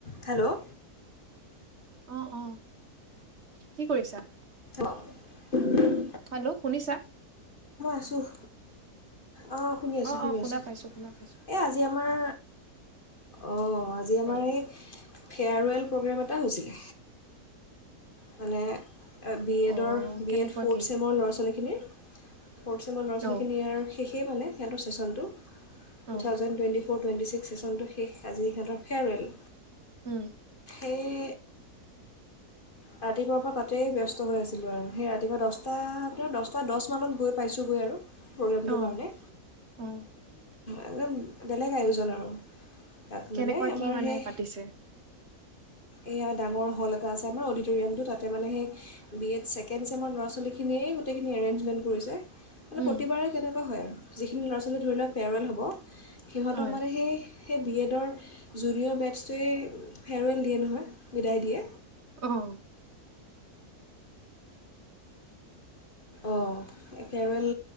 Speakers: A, on the left; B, on the right.
A: Hello
B: অ অ কি কৰিছা
A: <inaudible>
B: হেল্ল' শুনিছা
A: অসুখ অঁ শুনি আছোঁ
B: অ
A: শুনি
B: অ শুনা
A: আছোঁ
B: পাইছো শুনা পাইছো
A: এই আজি আমাৰ অ অ আজি আমাৰ
B: অ
A: এই ফেয়াৰৱেল প্ৰগ্ৰেম এটা হৈছিলে মানে বি এডৰ
B: অ কেনেকুৱা
A: বি এড ফ'ৰ্থ
B: কি
A: চছেমৰ ল'ৰা ছোৱালী খিনি ফ'ৰ্থ চেমৰ ল' ছোৱালীখিনি
B: অ
A: ই আৰু শেষেইে মানে সিহঁতৰ চেচনটো
B: অ
A: two thousand twenty four twenty six চেচনটো শেষ আজি সিহঁতৰ ফেয়াৰৱেল
B: উম
A: এই ৰাতিপুৱাৰ পৰা তাতেই ব্যস্ত হৈ আছিলোঁ আৰু সেই ৰাতিপুৱা দচটা আপোনাৰ দচটা দহ মানত গৈ পাইছোঁগৈ আৰু প্ৰগ্ৰেমটোৰ
B: অ
A: কাৰণে
B: অ
A: একদম বেলেগ আয়োজন আৰু তাত
B: কেনেকোৱা
A: মানে আমাৰ
B: কি মানে
A: সেই
B: পাতিছে
A: এইয়া ডাঙৰ হ'ল এটা আছে আমাৰ অডিটৰিয়ামটো তাতে মানে সেই বি এড ছেকেণ্ড চেমৰ ল'ৰা ছোৱালীখিনিয়েই গোটেইখিনি এৰেঞ্জমেণ্ট কৰিছে মানে
B: উম
A: প্ৰতিবাৰে তেনেকুৱা হয় আৰু যিখিনি ল'ৰা ছোৱালী ধৰি লোৱা ফেৱাৰৱেল হ'ব সিহঁতক
B: হয়
A: মানে সেই সেই বিয়েত ৰ জুনিয়ৰ বেটছটোৱে ফেয়াৰৱেল দিয়ে নহয় বিদায় দিয়ে
B: অহ
A: অঁ ফেৱাৰৱেল